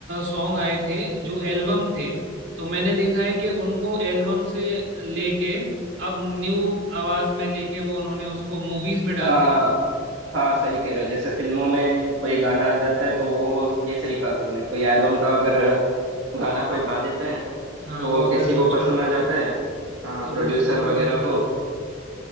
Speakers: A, on the right; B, on the right.
A: सॉन्ग आए थे जो एल्बम थे तो मैंने देखा है कि उनको एल्बम से लेके अब न्यू आवाज में लेके वो उन्होंने उसको मूवीज में डाल
B: आ,
A: दिया
B: हाँ सही कह रहे हो जैसे फिल्मों में कोई गाना आ जाता है तो वो ये सही कहा तुमने कोई एल्बम
A: हाँ
B: का अगर गाना कोई गा देता है
A: हाँ
B: तो
A: वो
B: वो
A: अगर
B: किसी
A: अच्छा
B: को पसंद आ जाता है हाँ
A: तो
B: प्रोड्यूसर
A: वो उसको मूवीज
B: वगैरह
A: में
B: को
A: डाल देते हैं।